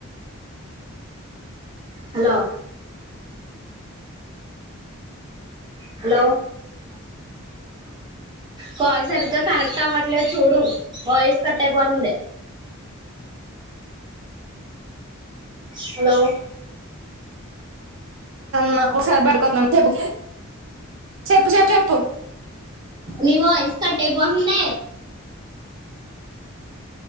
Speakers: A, on the right; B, on the right.
A: హలో హలో కాల్ సరిగ్గా కనెక్ట్ అవ్వట్లేదు చూడు వాయిస్ కట్ అయిపోతుంది హలో
B: మా సారి బయటకొతున్నా చెపు చెప్పు చెప్పు చెప్పు
A: ను వయిస్ కట్ అయ్యిపోతుంది